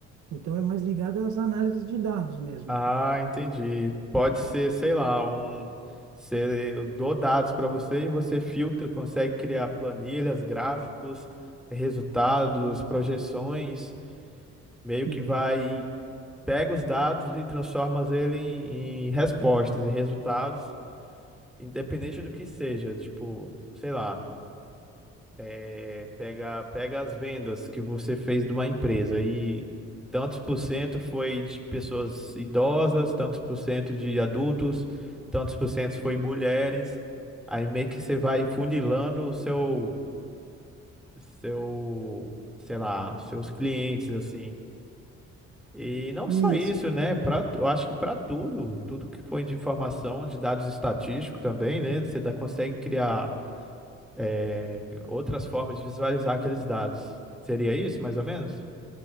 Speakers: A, on the right; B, in the centre.
A: Então, é mais ligado às análises de dados mesmo.
B: Ah, entendi. Pode ser, sei lá, um. se- eu dou dados para você e você filtra, consegue criar planilhas, gráficos, resultados, projeções, meio
A: Sim.
B: que vai, pega os dados e transforma ele em, em respostas e resultados, independente do que seja, tipo, sei lá. É, pega, pega as vendas que você fez de uma empresa e tantos por cento foi de pessoas idosas, tantos por cento de adultos, tantos por cento foi mulheres. Aí meio que você vai funilando o seu, seu, sei lá, seus clientes, assim. E não
A: Isso.
B: só isso, né? Pra, tu- eu acho que para tudo, tudo que põe de informação, de dados estatísticos também, né? Você dá, consegue criar é, outras formas de visualizar aqueles dados. Seria isso, mais ou menos?